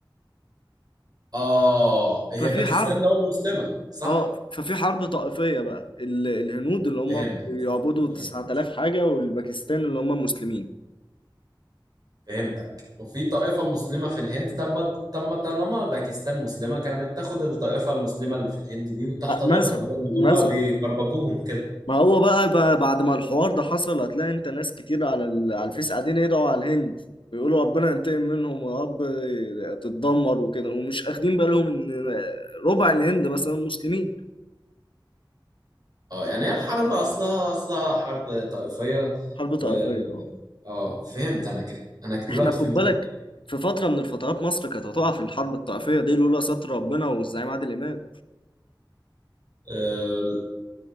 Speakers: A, on the right (about 50°); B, on the left (about 85°).
A: آه هي
B: ففي
A: باكستان
B: حرب
A: دولة مسلمة صح؟
B: اه ففي حرب طائفيه بقى ال- الهنود اللي هم
A: فهمت
B: بيعبدوا
A: فهمت
B: 9000 حاجه والباكستان اللي هم مسلمين
A: فهمتك وفي طائفة مسلمة في الهند طب طب ما طالما باكستان مسلمة كانت تاخد الطائفة المسلمة اللي في الهند دي وتحتضنها
B: آه، مثلا
A: بدل
B: مثلا
A: ما هم بيكربجوهم كده
B: ما هو بقى, بقى بعد ما الحوار ده حصل هتلاقي انت ناس كتير على ال... على الفيس قاعدين يدعوا على الهند ويقولوا ربنا ينتقم منهم يا رب تتدمر وكده ومش اخدين بالهم ان ربع الهند مثلا مسلمين
A: اه يعني هي الحرب أصلها أصلها حرب طائفية
B: حرب
A: و
B: طائفية اه.
A: اه فهمت أنا كده أنا دلوقتي
B: احنا خد
A: فهمت
B: بالك
A: كده
B: في فترة من الفترات مصر كانت هتقع في الحرب الطائفية دي لولا ستر ربنا والزعيم عادل إمام
A: آه،